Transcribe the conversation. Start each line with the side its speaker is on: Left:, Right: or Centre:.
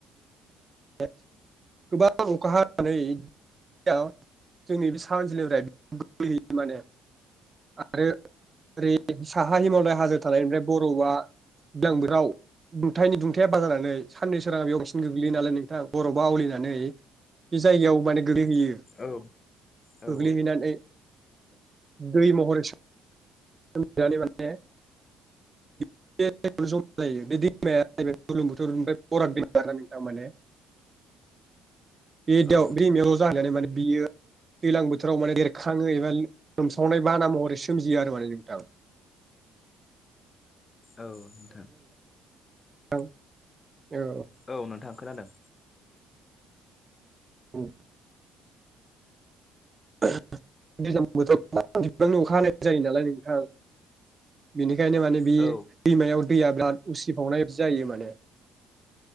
Right: <inaudible> गोबां अखा हानानै। <unintelligible> जोंनि बे सा ओनसोलनिफ्राय <unintelligible> माने आरो ओरै साहा हिमालय हाजो थानायनिफ्राय बरफआ <unintelligible> दुंथायनि दुंथाया बारायनानै साननि सोराङा बेयाव बांसिन गोग्लैयो नालाय नों थां बरफआ आवलिनानै बि जायगायाव माने गोग्लैहैयो
Left: औ औ
Right: गोग्लैहैनानै दै महरै सो <unintelligible> <unintelligible> बे दाव
Left: औ
Right: दैमायाव जाहैनानै माने बियो। दैलां बोथोराव माने बेरखाङो एबा लोमसावनाय बाना महरै सोमजियो आरो माने नोंथां।
Left: औ नोंथां।
Right: औ औ।
Left: औ नोंथां खोनादों।
Right: उम। दैज्लां बोथोराव गोबां बिबांनि अखा हानाय जायो नालाय नोंथां। बेनिख ओंखायनो माने बे
Left: औ
Right: दैमायाव दैया बिराद उसिफावनायदि जायो माने।